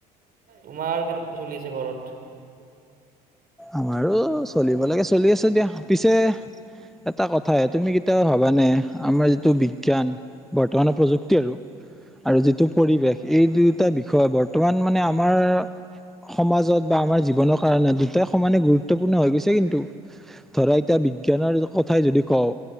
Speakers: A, on the right; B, in the centre.
A: তোমাৰ কেনেকুৱা চলি আছে ঘৰত?
B: আমাৰো চলিব লাগে চলি আছো দিয়া, পিছে এটা কথা তুমি এয়া ভবানে আমাৰ যিটো বিজ্ঞান বৰ্তমানৰ প্ৰযুক্তি আৰু আৰু যিটো পৰিৱেশ এই দুয়োটা বিষয় বৰ্তমান মানে আমাৰ সমাজত বা আমাৰ জীৱনৰ কাৰণে দুটাই সমানে গুৰুত্বপূৰ্ণ হৈ গৈছে কিন্তু। ধৰা এতিয়া বিজ্ঞানৰ কথাই যদি কওঁ